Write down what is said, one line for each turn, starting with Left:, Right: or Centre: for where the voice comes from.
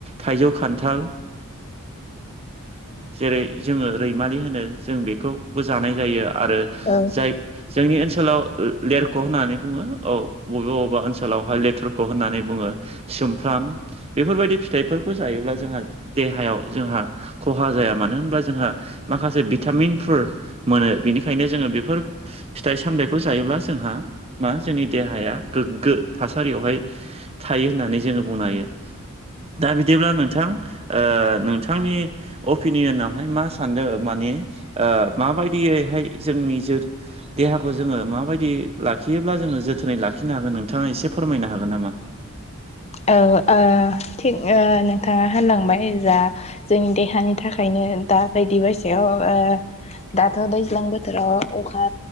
Right: थाइजौ, खान्थाल जेरै जोङो रैमालि होनो जों बेखौबो जानाय जायो आरो
Left: ओं
Right: दाय जोंनि ओनसोलाव लेरख' होननानै बुङो औ बबेबा बबेबा ओनसोलावहाय लेथरखौ होननानै बुङो सुमफ्राम बेफोरबायदि फिथाइफोरखौ जायोब्ला जोंहा देहायाव जोंहा खहा जाया मानो होनबा जोंहा माखासे भिटामिनफोर मोनो बेनिखायनो जोङो बेफोर फिथाइ सामथायखौ जायोब्ला जोंहा मा जोंनि देहाया गोग्गो थासारियावहाय थायो होननानै जोङो बुंनो हायो दा बिदिब्ला नोंथां ओ नोंथांनि अपिनियनावहाय मा सानदों माने ओ माबायदियैहाय जोंनि जो देहाखौ जोङो माबायदि लाखियोब्ला जोङो जोथोनै लाखिनो हागोन नोंथाङा एसे फोरमायनो हागोन नामा?
Left: औ ओ थिग ओ नोंथाङा होनलांबाय जा जोंनि देहानि थाख खायनो दा बायदि बासियाव ओ दाथ' दैज्लां बोथोराव अखा